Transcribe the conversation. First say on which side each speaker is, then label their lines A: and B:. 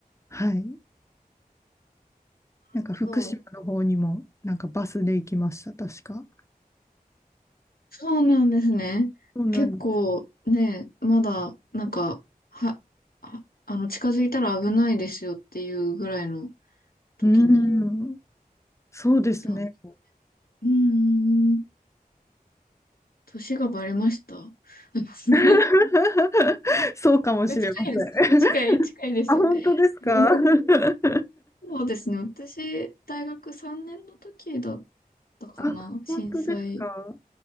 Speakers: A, on the left; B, on the left.
A: はい。
B: なるほど。
A: なんか福島の方にも、なんかバスで行きました、確か。
B: そうなんですね。
A: そうなんです。
B: 結構ね、まだ、なんか、は、は、あの、近づいたら危ないですよっていうぐらいの時に
A: うーん、そうですね。
B: 行ったんです。うーん、年がバレました。<laughs>
A: <laughs> そうかもしれません。
B: 近いです。近い、近いです。
A: あ、本当ですか
B: <laughs>
A: <laughs>
B: そうですね。私、大学3年の時だったかな震災。
A: あ、本当ですか